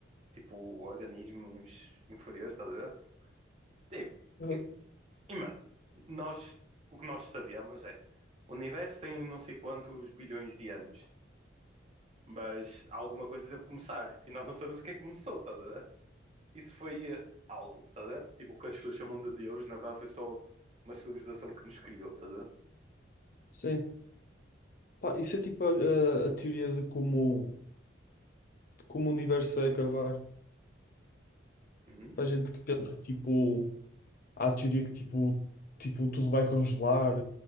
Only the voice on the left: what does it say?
Uhum.
Sim. Pá, isso é tipo a, a- a teoria de como, de como o universo vai acabar.
Há gente que pensa, tipo, Há a teoria que tipo, tipo, tudo vai congelar,